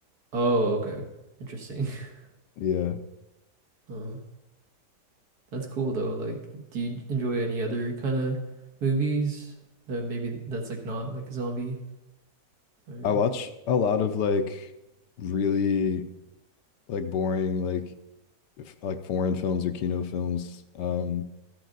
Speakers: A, on the right (about 65°); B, on the left (about 80°).
A: Oh, okay. Interesting. <laughs>
B: Yeah.
A: Uh, that's cool though. Like, do you enjoy any other kind of movies that maybe that's like not like a zombie or
B: I watch a lot of like really like boring like f like foreign films or Kino films. Um